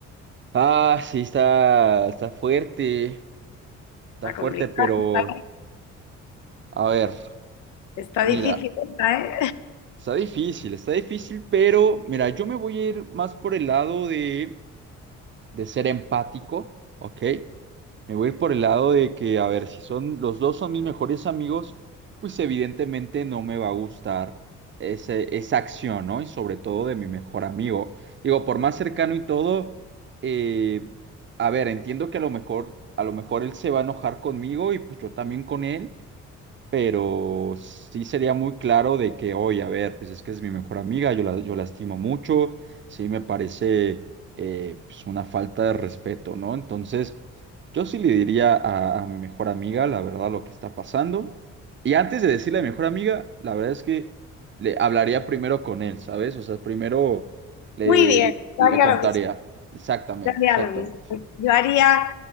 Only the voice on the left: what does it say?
Está
complicado,
está,
está
difícil esta, ¿eh?
Muy bien, yo
haría
lo mismo,
yo haría
lo mismo. Yo haría